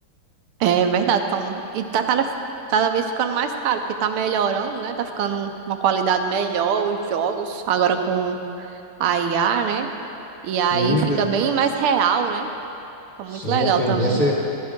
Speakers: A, on the right; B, on the left.
A: É verdade, então. E tá cada, cada vez ficando mais caro, porque tá melhorando, né? Tá ficando uma qualidade melhor os jogos, agora com a IA, né? E
B: Sim,
A: aí fica
B: cara.
A: bem mais real, né? Fica
B: sim,
A: muito legal
B: a tendência
A: também.
B: é.